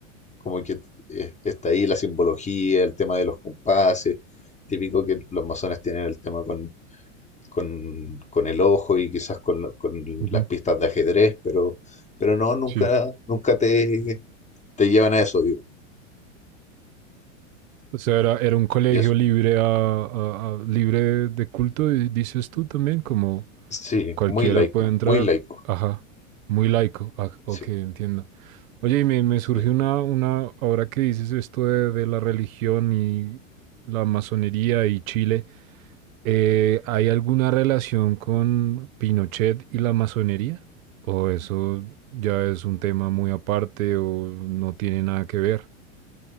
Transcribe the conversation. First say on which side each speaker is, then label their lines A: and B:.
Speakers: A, on the left (about 15°); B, on the right (about 80°).
A: como que eh, está ahí la simbología, el tema de los compases. Típico que los masones tienen el tema con, con, con el ojo y quizás con, la- con
B: Ujú.
A: las pistas de ajedrez, pero, pero no, nunca,
B: Sí.
A: nunca te, te llevan a eso, digamos.
B: O sea, era, era un colegio
A: Y eso,
B: libre a, a- a- libre de, de culto, y dices tú también, como
A: sí,
B: cualquiera
A: muy laico,
B: puede entrar.
A: muy laico.
B: Ajá, muy laico. Ah, ok,
A: Sí,
B: entiendo. Oye, y me, me
A: sí.
B: surge una, una, ahora que dices esto de, de la religión y la masonería y Chile, eh, ¿hay alguna relación con Pinochet y la masonería? ¿O eso ya es un tema muy aparte o no tiene nada que ver?